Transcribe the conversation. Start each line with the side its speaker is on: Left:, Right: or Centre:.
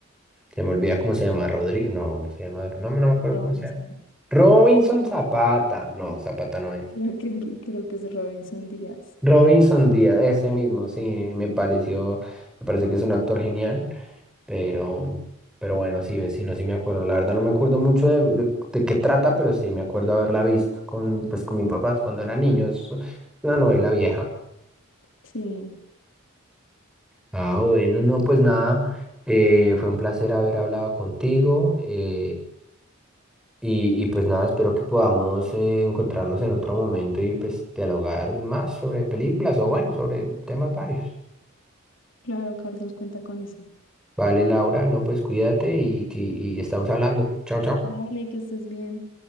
Centre: Se me olvida cómo se llama, Rodrigo. No, no se llama. No, me- no me acuerdo
Left: Robinson.
Centre: cómo se llama. Robinson Zapata. No, Zapata no
Left: <laughs>
Centre: es.
Left: Creo que, creo que es Robinson Díaz.
Centre: Robinson Díaz, ese
Left: Segura.
Centre: mismo, sí, me pareció, me parece que es un actor genial, pero, pero bueno, sí, vecino, sí me acuerdo. La verdad no me acuerdo mucho de, de, de qué trata, pero sí me acuerdo haberla visto con, pues, con mis papás cuando era niño. Es una novela vieja.
Left: Sí,
Centre: Ah, bueno, no, pues nada. eh, fue un placer haber hablado contigo. eh, Y, y pues nada, espero que podamos eh, encontrarnos en otro momento y pues dialogar más sobre películas o bueno, sobre temas varios.
Left: claro, Carlos cuenta con eso.
Centre: Vale, Laura, no, pues cuídate y, que- y estamos hablando. Chao, chao.
Left: Dale, que estés bien.